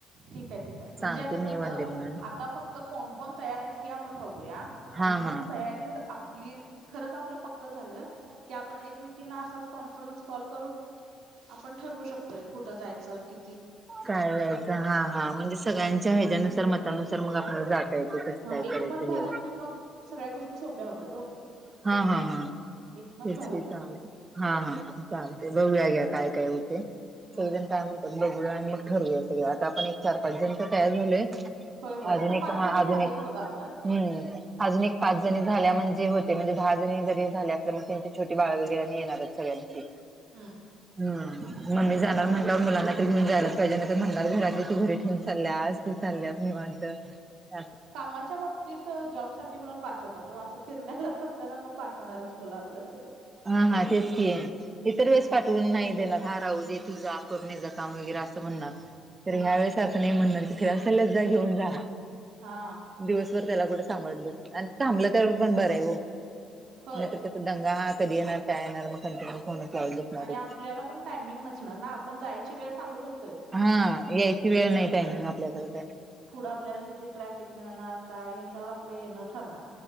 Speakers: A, on the right; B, on the right.
A: ठीक आहे ठीक आहे म्हणजे
B: सांगते
A: आता
B: मी
A: कसं
B: वन डे म्हणून
A: आता फक्त कोण कोण तयार आहेत हे आपण बघूया
B: हा
A: आणि मग
B: हा
A: तयारी आपली खरंच आपलं पक्क झालं की आपण एकमेकींना असाच कॉन्फरन्स कॉल करून आपण ठरवू शकतोय कुठं जायचं कि
B: काय जायचं हा हा म्हणजे सगळ्यांच्या हज्यानुसार मतानुसार मग आपल्याला जाता येते कसं
A: हा
B: काय
A: एकमत
B: करायचं
A: झालं
B: हे.
A: की मग सगळ्या गोष्टी सोप्या होतात ओ
B: हा हा हा
A: एकमत
B: तेच
A: व्हायला
B: की
A: पाहिजे
B: चालत हा हा चालतय बघूया घ्या काय काय होत सगळेजण
A: हम्म
B: काय म्हणतात बघूया आणि मग ठरवूया सगळं आता आपण एक चार पाच जणी तर तयार झालोय
A: होय होय
B: अजून
A: आता
B: एक
A: पाच
B: हा
A: जणी
B: अजून
A: झालोच
B: एक
A: बघा आपण
B: हम्म अजून एक पाच जणी झाल्या म्हणजे ते म्हणजे दहा जणी जरी झाले असले मग त्यांचे छोटी बाळ वगैरे येणारच सगळ्यांची
A: हा
B: हं मम्मी जाणार म्हटल्यावर मुलांना तरी घेऊन जायलाच पाहिजे ना म्हणणार घरातली ती घरी ठेवून चालल्यास चालल्यास निवांत <inaudible>
A: कामाच्या बाबतीत जॉब साठी म्हणून पाठवतात ओ असं फिरण्या म्हणता ना मग पाठवणारच मुलं आपल्यासोबत
B: हा हा तेच की इतर
A: हम्म
B: वेळेस पाठवून नाही देणार हा राहू दे तु जा करून येजा काम वगैरे असं म्हणणार
A: <inaudible>
B: तर ह्या वेळेस असं नाही म्हणणार की फिरायला चालल्यास जा घेऊन जा
A: हा
B: दिवसभर त्याला कुठे सांभाळत बसतील आणि थांबलं त्यावर पण बरं आहे हो
A: होय
B: नाहीर कस दंगा हा कधी येणार काय येणार मग कंटिन्युस होण्याची आवड बसणार
A: आणि आपल्याला पण टायमिंग नसणार ना आपण जायची वेळ सांगू शकतो
B: हा यायची वेळ नाही टायमिंग आपल्याकडे का
A: पुढं आपल्याला किती ट्रॅफिक मिळणार काय ह्याच्यावर आपलं येणं ठरणार